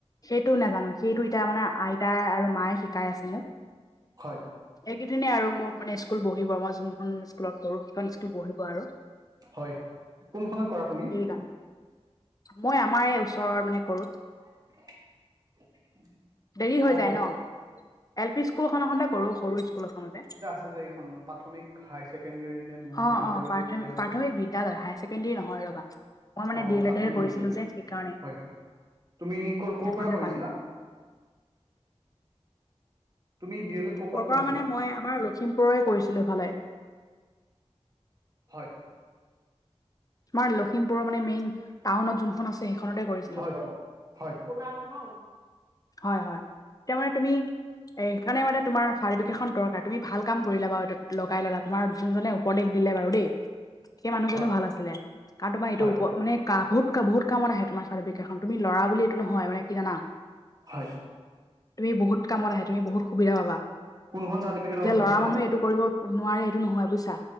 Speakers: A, on the left; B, on the right.
A: সেইটো নাজানো সেইটো এতিয়া মানে আইতাই আৰু মায়ে শিকাই আছে মোক।
B: হয়,
A: এইকেইদিনে আৰু মোৰ মানে স্কুল বহিব মই যোনখন স্কুলত কৰো সেইখন স্কুল বহিব আৰু।
B: হয়, কোনখনত কৰা তুমি?
A: সেইকাৰণে মই আমাৰ এই ওচৰৰ মানে কৰো।
B: <unintelligible>
A: দেৰি হৈ
B: অ
A: যায় ন, এল পি স্কুলখন এখনতে কৰো সৰু স্কুল এখনতে।
B: ছে যে এইখন প্ৰাথমিক হায়াৰ ছেকেণ্ডেৰী নে- মহাবিদ্যালয়
A: অ অ প্ৰাথম
B: নে কি আছে
A: প্ৰাথমিক
B: যে
A: বিদ্যালয় হায়াৰ ছেকেণ্ডৰী নহয় ৰ'বা। মই মানে
B: অ
A: ডি এল
B: প্ৰাথমিক
A: এডে কৰিছিলোঁ
B: বিদ্যালয়
A: যে সেইকাৰণে।
B: হয় হয় তুমি ক' ক'ৰ
A: এখনতে
B: পৰা কৰিছিলা?
A: পালো
B: তুমি ডি' এল এড- ক'ৰ
A: ক'
B: কৰিছিলা
A: পৰা মানে মই আমাৰ লখিমপুৰৰে কৰিছিলো এফালে।
B: হয়,
A: আমাৰ লখিমপুৰৰ মানে মেইন টাউনত যোনখন আছে সেইখনতে কৰিছিলো।
B: হয় হয়, কোলা নহও
A: হয় হয় এতিয়া মানে তুমি, এ সেইকাৰণে মানে তোমাৰ- চাৰ্টিফিকেটখন দৰকাৰ তুমি ভাল কাম কৰিলা বাৰু লগাই ললা তোমাৰ যোনজনে উপদেশ দিলে বাৰু দেই। সেই মানুহজনো
B: হয়
A: ভাল আছিলে কাৰণ তোমাৰ এইটো
B: হয়
A: উপ--মানে কা বহুত কা বহুত কামত আহে তোমাৰ চাৰ্টিফিকেট খন, তুমি' লৰা বুলি এইটো নহয় মান কি জানা-
B: হয়,
A: তুমি বহুত কামত আহে তুমি বহুত সুবিধা পাবা,
B: কোনখন চাৰ্টিফিকেটৰ
A: যে
B: কথা
A: ল'ৰা
B: কৈছিলা
A: মানুহে এইটো- কৰিব নোৱাৰে এইটো নহয় বুইছা,